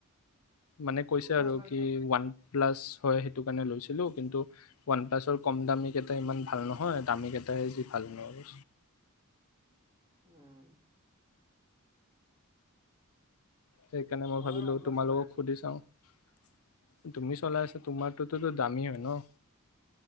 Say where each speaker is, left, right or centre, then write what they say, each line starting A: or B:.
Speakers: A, on the left; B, on the right.
A: মানে কৈছে
B: পোন্ধৰ
A: আৰু
B: হাজাৰকে
A: কি ওৱান প্লাছ হয় সে সেইটো কাৰণে লৈছিলোঁ কিন্তু ওৱান প্লাছৰ কম দামী কেইটা ইমান ভাল নহয় দামী কেইটাই যি ভাল ন
B: উম
A: সেইকাৰণে মই ভাবিলো
B: বাৰু ওৱান প্লাছ
A: তোমালোকক
B: চলাই আছো
A: সুধি চাওঁ তুমি চলাই আছা তোমাৰটোততো দামী হয় ন